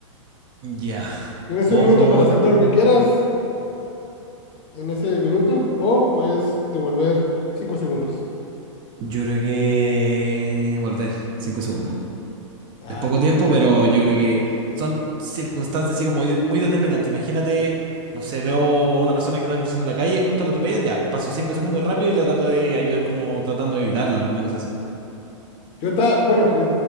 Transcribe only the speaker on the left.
Tienes
un minuto
para hacer todo lo que quieras en ese minuto o puedes devolver cinco segundos.
Ah,
cu-
yo ta- bueno, yo,